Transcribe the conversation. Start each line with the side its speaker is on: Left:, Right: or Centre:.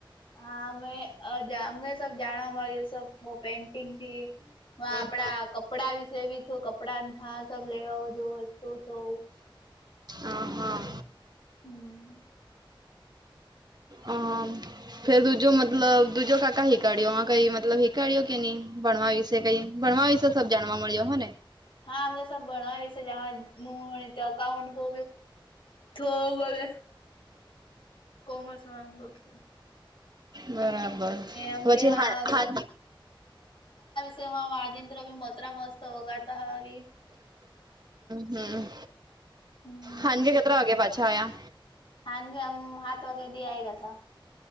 Left: હા, અમે અમને સ જાણવા મળ્યું, પેન્ટિંગથી. હ, આપડા
Right: હમ
Left: કપડા વિશે બી છું. કપડા, હ સ લેવા જો વસ્તુ છે.
Right: હમ, હા.
Left: હમ
Right: હ. ફેર દૂજો, મતલબ દીજો. કાકા હીકાડ્યો? કંઈ મતલબ, હિકાડ્યો કે નહીં? બણવાવીશ. કઈ ભણવા વિશે સબ જાણવા મળ્યો હો ને.
Left: હા, અમ તો સબ બનાય છે જ ને, અકાઉંન્ટ કો થો હવે કોમર્સ વાળા છું.
Right: બરાબર.
Left: એમ
Right: પછી
Left: કેવા
Right: હા
Left: માં વાજિંત્ર મતરા મસ્ત વગાડતા હ આવી.
Right: હમ,
Left: હમ
Right: હાજે કેટલા વાગે પાછા આવ્યા?
Left: સાંજે હાથ વગરે દે આવ્યા હતા.